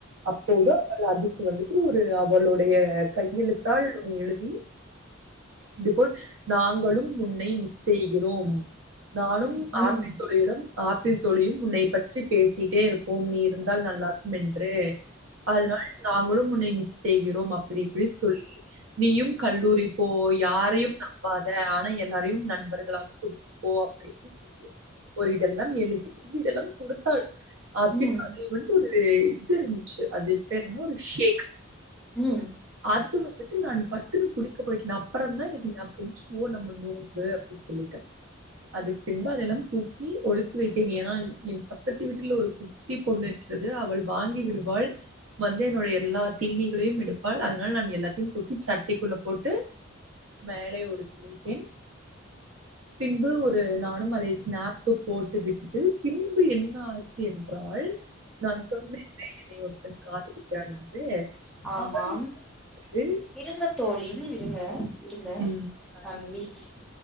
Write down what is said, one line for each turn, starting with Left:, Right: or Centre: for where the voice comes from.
Right: அப்போது அதுக்கு வந்துட்டு ஒரு அவளுடைய கையெழுத்தால் எழுதி இதுபோல் நாங்களும் உன்னை மிஸ் செய்கிறோம் நானும்
Centre: ம்
Right: ஆத்தி <unintelligible> யிடம் ஆப்பிள் தோழியும் உன்னைப் பற்றி பேசிட்டேருப்போம் நீ இருந்தால் நல்லாருக்கும் என் எடு அதனால நாங்களும் உன்னை மிஸ் செய்கிறோம் அப்படி இப்டி சொல்லி நீயும் கல்லூரி போ யாரையும் நம்பாத ஆனா எல்லாரையும் நண்பர்களா குடுத்துக்கோ அப்படின்னு சொல்லி ஒரு இதெல்லாம் எழுதி இதெல்லாம் குடுத்தாள் அ
Centre: ம்
Right: பின்புறம் <unintelligible> அது ஒரு இதுயிருந்துச்சு அது பேரு என்ன ஒரு ஷேக்
Centre: உம்
Right: அது வந்துட்டு நான் பட்டுன்னு குடிக்க போயிட்டேன் அப்புறந்தான் எனக்கு ஞாபகம் வன்ச்சோ ஓ நம்ம நோம்பு பொய் சொல்லிட்டா அதுக்கு பின்பு அதெல்லாம் தூக்கி ஒழித்து வைத்தேன் ஏன்னா என் பக்கத்து வீட்டில் ஒரு கு ட்டி பொண்ணு இருக்கிறது அவள் வாங்கி விடுவாள் வந்து என்னோடைய எல்லா தீனிகளையும் எடுப்பாள் அதனால நான் எல்லாத்தையும் தூக்கி சட்டிக்குள்ள போட்டு மேலை ஒழித்து வைத்தேன் பின்பு ஒரு நானும் அதை ஸ்னாப்பு போட்டு விட்டு பின்பு என்ன ஆச்சு என்றால் நான் சொன்ன இல்ல என்னை ஒருத்தன் காதலிக்கிறான் என்று
Centre: ஆமாம்
Right: அவனிடம் ஏ
Centre: இருங்க தோழி இருங்க இருங்க
Right: ம் சாரி
Centre: நான் விலிக்கிறேன்